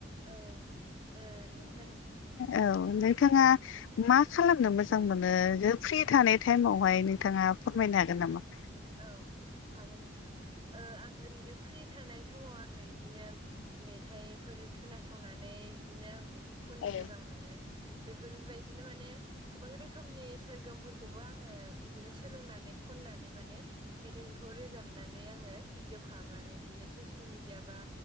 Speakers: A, on the right; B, on the left.
A: औ ओ नोंथां
B: औ नोंथांङा मा खालामनो मोजां मोनो ओ फ्रि थानाय टाइमावहाय नोंथांङा फोरमायनो हागोन नामा?
A: औ हागोन नोंथां ओ आं ओरैनो फ्रि थानाय समाव आंङो इदिनो मेथाइफोर खोनासंनानै बिदिनो आं मेथाइ खननो
B: औ
A: मोजां मोन। बेफोरबायदिनो माने गोबां रोखोमनि सोरगोमफोरखौबो आंङो इदिनो सोलोंनानै खननानै माने मेथाइखौ रोजाबनानै आंङो भिडिअ खालामनानै इदिनो ससियेल मिडिया बा